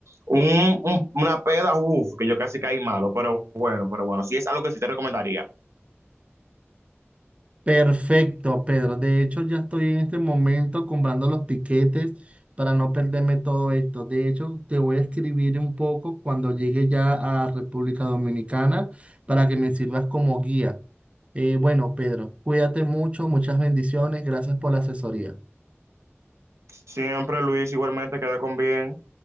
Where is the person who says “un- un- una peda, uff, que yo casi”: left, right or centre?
Right